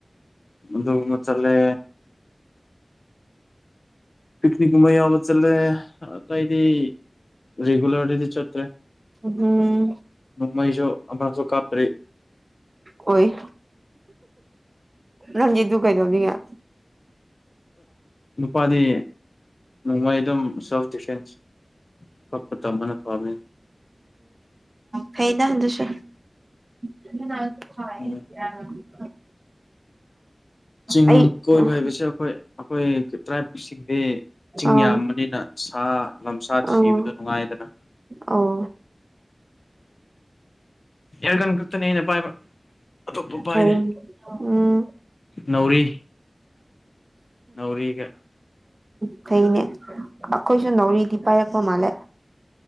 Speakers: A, on the left (about 70°); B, on the right (about 45°).
A: ꯃꯗꯨ ꯃꯆꯥꯂꯦ ꯄꯤꯛꯅꯤꯛ ꯀꯨꯝꯕ ꯌꯥꯕ ꯆꯜꯦ ꯑ ꯏꯗꯤ ꯔꯦꯒꯨꯂꯔꯗꯤ ꯆꯠꯇ꯭ꯔꯦ
B: ꯎꯝ
A: ꯃꯩꯁꯨ ꯑꯐꯥꯡꯁꯨ ꯀꯥꯞꯇ꯭ꯔꯔꯤ
B: ꯑꯣꯏꯣꯏ ꯔꯟꯖꯤꯗꯨꯕꯨ ꯀꯩꯗꯧꯅꯤ ꯌꯥ
A: ꯅꯨꯄꯥꯗꯤ ꯅꯣꯡꯃꯩ ꯑꯗꯨꯝ ꯁꯦꯜꯐ ꯗꯤꯐꯦꯟꯁ ꯄꯄ ꯇꯃꯅ ꯐꯥꯕꯅꯤ
B: ꯈꯩ ꯅꯍꯗꯨ ꯁ ꯍꯥꯏꯥꯏ
A: ꯎꯝ ꯆꯤꯡ
B: ꯑꯩ
A: ꯀꯣꯏꯕ
B: ꯑꯥ
A: ꯍꯥꯏꯕꯁꯦ ꯑꯩꯈꯣꯏ ꯑꯩꯈꯣꯏ ꯇ꯭ꯔꯥꯏꯕꯁꯤꯡꯗꯤ ꯆꯤꯡ
B: ꯑꯥ
A: ꯌꯥꯝꯕꯅꯤꯅ ꯁꯥ ꯂꯝꯁꯥ ꯊꯤꯕꯗꯨ
B: ꯑꯣ
A: ꯅꯨꯡꯉꯥꯏꯗꯅ <inaudible>
B: ꯑꯣ
A: ꯌꯥꯔ ꯀꯟ ꯈꯛꯇꯅꯦ ꯑꯩꯅ ꯄꯥꯏꯕ ꯑꯇꯣꯞꯄ ꯄꯥꯏꯗ
B: ꯐꯩ ꯎꯝ
A: ꯅꯥꯎꯔꯤ ꯅꯥꯎꯔꯤꯒ
B: ꯀꯩꯅꯦ ꯑꯩꯈꯣꯏꯁꯨ ꯅꯧꯔꯤ ꯗꯤꯄꯥꯥꯏꯔꯀꯣ ꯃꯥꯜꯦ